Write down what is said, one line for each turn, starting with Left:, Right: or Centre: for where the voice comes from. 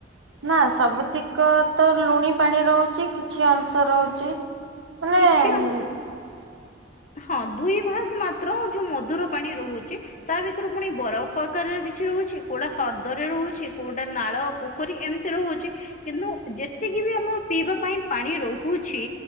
Right: ନା ସବୁତିକ ତ ଲୁଣି ପାଣି ରହୁଛି କିଛି ଅଂଶ ରହୁଛି ମାନେ
Left: କିଛି ଅଂ ହଁ ଦୁଇ ଭାଗ ମାତ୍ର ଯୋଉ ମଧୁର ପାଣି ରହୁଛି। ତା ଭିତରୁ ପୁଣି ବରଫ ଆକାରରେ କିଛି ରହୁଛି କୋଉଟା ହ୍ରଦରେ ରହୁଛି କୋଉଟା ନାଳ ପୋଖରୀ ଏମିତି ରହୁଛି କିନ୍ତୁ ଯେତିକି ବି ଆମର ପିଇବା ପାଇଁ ପାଣି ରହୁଛି।